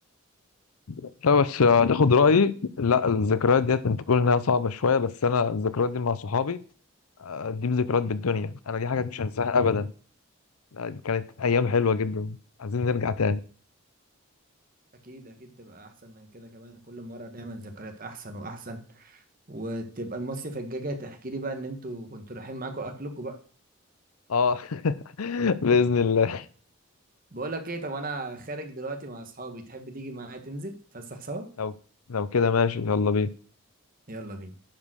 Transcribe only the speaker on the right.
أكيد أكيد تبقى أحسن من كده كمان كل مرة نعمل ذكريات أحسن وأحسن وتبقى المصيف الجاي جاي تحكي لي بقى إن أنتوا كنتوا رايحين معاكوا أكلكم
بقول لك ايه طب انا خارج دلوقتي مع اصحابي تحب تيجي معايا تنزل تفسح سوا
يلا بينا